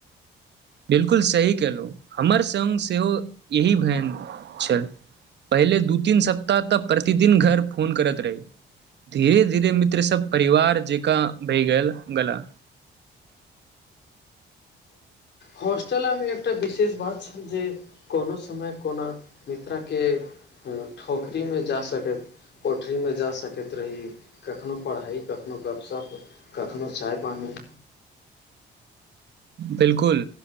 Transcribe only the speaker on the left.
हॉस्टलमेमे एकटा विशेष बात छल जे कोनो समय कोना मित्राके ठोकरीमे जा सकैत कोठरीमे जा सकैत रही कखनो पढ़ाइ कखनो गपशप कखनो चाय पानि।